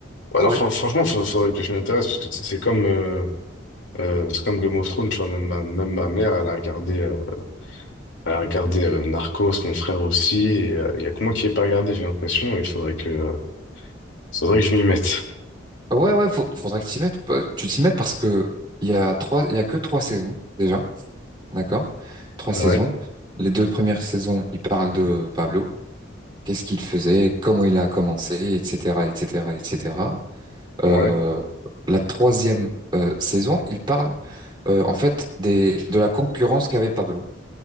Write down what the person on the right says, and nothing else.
Ouais
ouais ouais faut, faudra que tu t'y mettes. pa- Tu t'y mettes parce que il y a trois il y a que trois saisons déjà. D'accord? Trois saisons.
Les deux premières saisons, il parle de Pablo. Qu'est-ce qu'il faisait, comment il a commencé, etc., etc., etc. Euh,
la troisième euh, saison, il parle euh, en fait des, de la concurrence qu'avait Pablo.